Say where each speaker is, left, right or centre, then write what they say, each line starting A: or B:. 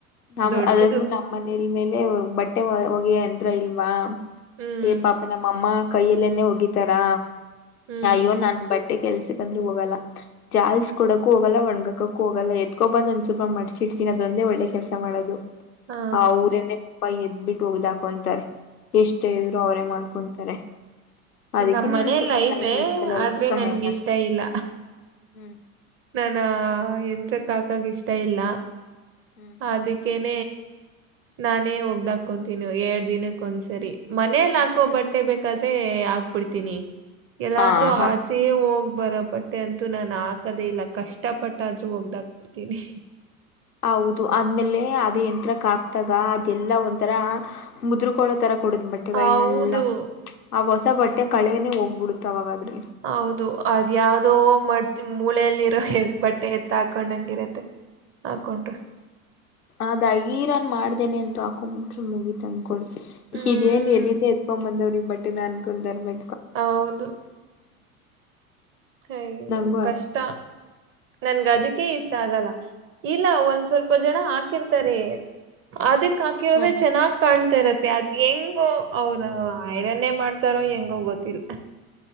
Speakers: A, on the left; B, on the right.
A: ಆಮೇಲೆ
B: ದೊಡ್ಡದು
A: ಅದಾದ್ಮೇಲೆ ನಮ್ಮ ಮನೇಲ್ ಮೇಲೆ ಬಟ್. ಟ್ಟೆವಾಯ ಹೋಗಿ ಯಂತ್ರ ಇಲ್ವಾಮ್.
B: ಹ್ಮ್
A: ಏ ಪಾಪು ನಮ್ಮ ಮ್ಮಮ್ಮಾ. ಕೈಯಲ್ಲೆನೆೇ ಒಗಿತ್ತಾರಾ.
B: ಹ್ಮ್
A: ಅಯ್ಯೋ ನನ್ ಬಟ್. ಟೆ ಕೆಲ್ಸಕ್ಂದ್ರೆ ಹೋಗಲ್ಲಾ ಜಾಲ್ಸ್ ಕೊಡಕು ಹೋಗಲ್ಲಾ ಒಣಗಕಕ್ಕೂ ಹೋಗಲ್ಲ ಎತ್ಕೊ ಬಂದ್ ಒಂದ್ ಚುಪ ಮಡ್ಚಿ ಇಡ್ತೀನಿ ಅದೊಂದೇ ಒಳ್ಳೆ ಕೆಲ್ಸಾ ಮಾಡೋದು.
B: ಹಾ
A: ಅವ್ರೇನೇ ಪಪ್ಪಾ ಎದ್. ಬಿಟ್ಟ ಒಗ್ದಾಕು ಅಂತಾರೆ. ಎಷ್ಟೇ ಇದ್ರು ಅವರೇ ಮಾಡ್ಕೊಂತಾರೆ. ಅದಕ್ಕೆ
B: ನಮ್ಮ ಮನೇಲೖತೆ
A: ನಾನು ಸ್ವಲ್ಪ ಮನೆ ಕೆಲ್ಸದಲ್ಲೆಲ್ಲ
B: ಆದ್ರೆ
A: ಸಹಾಯ
B: ನನ್ಗಿಷ್ಟ
A: ಮಾಡ್ತೀನಿ
B: ಇಲ್ಲ
A: ಹ್ಮ್
B: ನಾನ ಎಂತ ತಾಕಾಗ ಇಷ್ಟ ಇಲ್ಲ.
A: ಹ್ಮ್
B: ಅದಕ್ಕೆೇನ್ ನಾನೇ ಒಗ್ದಾಕೊಂತೀನಿ ಎರಡ್ ದಿನಕ್ಕ್ ಒಂದ್ಸರಿ ಮನೇಲಿ ಹಾಕೋ ಬಟ್ಟೆ ಬೇಕಾದ್ರೆ ಬಿಡ್ತೀನಿ. ಎಲ್ಲಾದ್ರೂ
A: ಹ ಹ
B: ಆಚೆಯೆ ಹೋಗ್ಬ್ ಬರ ಬಟ್ಟೆ ಅಂತೂ ನಾನ್ ಹಾಕದೇ ಇಲ್ಲ ಕಷ್ಟ ಪಟ್ಟಾದ್ರೂ ಒಗ್ದಾಗ್ಬಿಡ್ತೀನಿ.
A: ಹೌದು ಅದ್ಮೇಲೆ ಅದೇ ಯಂತ್ರಕ್ ಹಾಕ್ದಾಗ ಅದೆಲ್ಲಾ ಒಂಥರ ಮುದ್ರಕೊಳತರ ಕೊಡುತ್ ಬಟ್ಟೆಗಳ್ನೆಲ್ಲಾ
B: ಹೌದು
A: ಆಗ ಸ ಬಟ್ಟೆ ಕಳೆನೆ ಹೋಗ್ಬಿಡುತ್ತವಾಗಾದ್ರೆ.
B: ಹೌದು ಅದ್ಯಾವ್ದೋ ಮಡ್ತಿ ಮೂಲೆಯಲ್ಲಿರೋ ಬಟ್ಟೆ ಎತ್ತ ಹಾಕೊಂಡ್ ಹಂಗಿರತ್ತೆ. ಹಾಕೊಂಡ್ರೆ.
A: ಆದ್ ಐರನ್ ಮಾಡ್ದೇನೆ ಅಂತು ಹಾಕೊಂಡ್ಬಿಟ್ರೆ ಮುಗಿತಂ ಕೊಳ್ಸಿ
B: ಹ್ಮ್.
A: ಇದೇನ್ ಎಲ್ಲಿಂದ ಎತ್ಕೊಂಬಂದವ್ರ ಈ ಬ ಟ್ಟೆನ ಅನ್ಕೊಂಡಾರೆ ಮ
B: ಹೌದು ಅಯ್ಯೋ
A: ನಂಗು
B: ಕಷ್ಟ
A: ಅನ್
B: ನನ್ಗ್ ಅದಕ್ಕೆೇ ಇಷ್ಟ ಆಗಲ್ಲ. ಇಲ್ಲ ಒಂದ್ ಸ್ವಲ್ಪ ಜನ ಹಾಕಿರ್ತಾರೆ ಆದಿ ಕ್ಕಾಕಿರೋದೇ
A: ಹಾ
B: ಚೆನ್ನಾ ಕಾಣ್ತಿರತ್ತೆ ಅದ್ ಹೆಂಗೋ ಅವರು ಐರನ್ನೇ ಮಾಡ್ತಾರೋ ಹೆಂಗೋ ಗೊತ್ತಿಲ್ಲ.